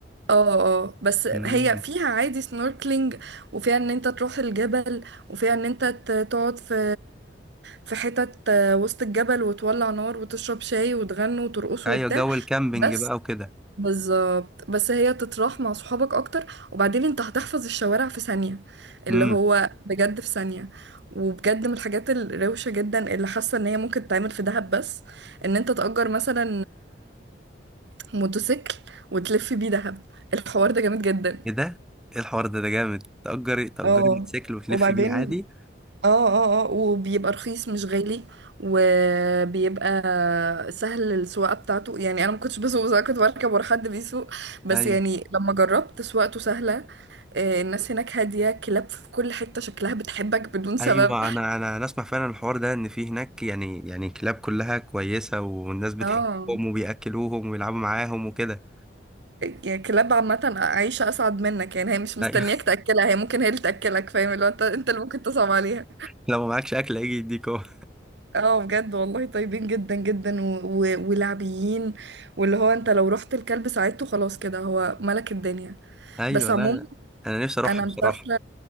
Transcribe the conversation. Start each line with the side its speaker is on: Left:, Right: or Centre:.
Right: اه اه بس
Centre: مم.
Right: هي فيها عادي سنوركلينج وفيها ان انت تروح الجبل وفيها ان انت ت- تقعد في في حتت وسط الجبل وتولع نار وتشرب شاي وتغنوا وترقصوا
Centre: أيوة
Right: وبتاع
Centre: جو الكامبينج
Right: بس
Centre: بقى وكده
Right: بالظبط بس هي تتراح مع صحابك اكتر وبعدين انت هتحفظ الشوارع في ثانية اللي
Centre: امم
Right: هو بجد في ثانية وبجد من الحاجات الروشة جدا اللي حاسة ان هي ممكن تتعمل في دهب بس ان انت تأجر مثلا موتوسيكل وتلف بيه دهب الحوار ده جامد جدا
Centre: إيه ده؟ إيه الحوار ده ده جامد تأجري تأجري
Right: اه
Centre: موتوسيكل وتلف
Right: وبعدين
Centre: بيه عادي
Right: اه اه اه وبيبقى رخيص مش غالي وبيبقى سهل السواقة بتاعته يعني انا ما كنتش بسوق بس انا كنت بركب ورا حد بيسوق بس
Centre: أيوة
Right: يعني لما جربت سواقته سهلة آه، الناس هناك هادية كلاب في كل حتة شكلها بتحبك بدون سبب
Centre: أيوة أنا أنا أنا أسمع فعلا الحوار ده إن في هناك يعني يعني كلاب كلها كويسة والناس بتحبهم
Right: اه
Centre: وبيأكلوهم ويلعبوا معاهم وكده
Right: يعني كلاب عامة عايشة أسعد منك يعني هي مش مستنياك
Centre: أيوة
Right: تأكلها هي ممكن هي اللي تأكلك فاهم اللي هو انت انت اللي ممكن تصعب عليها
Centre: <laughs> لو معكش أكل هيجي يديك هو
Right: اه بجد والله طيبين جدا جدا و... و... ولعبيين واللي هو انت لو رحت الكلب ساعدته خلاص كده هو ملك الدنيا
Centre: أيوة
Right: بس
Centre: لا
Right: عموما
Centre: لا. أنا نفسي أروحها
Right: انا
Centre: بصراحة
Right: مسافرة